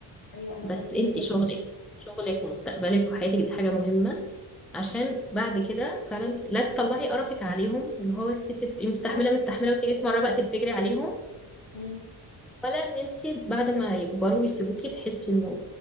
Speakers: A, on the left; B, in the centre.
A: ايوه انا
B: بس
A: برضو
B: انت
A: زيك
B: شغلك
A: بالظبط
B: شغلك ومستقبلك وحياتك دي حاجه مهمه عشان بعد كده فعلا لا تطلعي قرفك عليهم اللي هو انت تبقي
A: بالظبط
B: مستحمله مستحمله وتيجي في مره بقى تنفجري عليهم
A: مم.
B: ولا ان انت بعد ما يكبروا ويسيبوكي تحسي انه